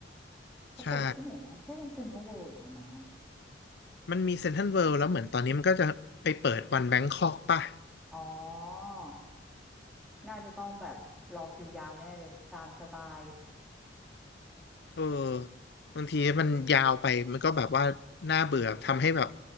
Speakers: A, in the centre; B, on the left (about 60°).
A: เขาเปิดที่ไหนนะใช่เซ็นทรัลเวิลด์อยู่ไหมอ่ะ
B: ใช่มันมีเซ็นทรัลเวิลด์แล้วเหมือนตอนนี้มันก็จะไปเปิดวันแบงคอกป่ะ
A: อ๋อน่าจะต้องแบบรอคิวยาวแน่เลยตามสไตล์
B: เออบางทีมันยาวไปมันก็แบบว่าน่าเบื่อทำให้แบบ